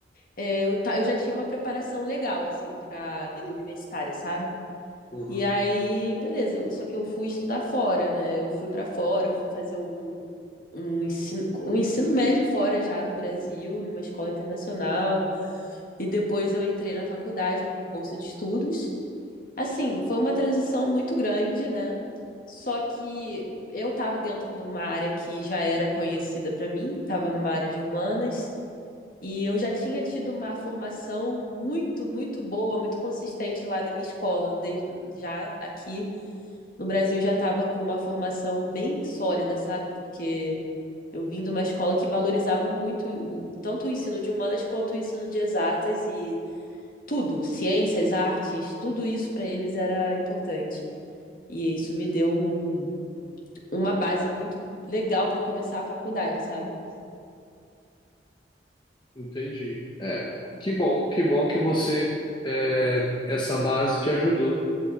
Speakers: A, on the left; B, on the left.
A: é, eu, ta- eu já tinha uma preparação legal, assim, pra vida universitária, sabe?
B: Uhum,
A: E aí, beleza, eu- só que eu fui estudar fora, né? Eu fui pra fora, eu fui fazer um, um ensino, um ensino médio fora já do Brasil, numa escola internacional. E depois eu entrei na faculdade com bolsa de estudos. Assim, foi uma transição muito grande, né? Só que eu estava dentro de uma área que já era conhecida para mim, estava numa área de humanas, e eu já tinha tido uma formação muito, muito boa, muito consistente lá na minha escola. De- já aqui no Brasil já estava com uma formação bem sólida, sabe? Porque eu vim de uma escola que valorizava muito o, tanto o ensino de humanas quanto o ensino de exatas e tudo, ciências, artes, tudo isso para eles era importante. E isso me deu um, uma base muito legal para começar a faculdade, sabe?
B: entendi. É,
A: Uhum.
B: que bom, que bom que você, é, essa base te ajudou.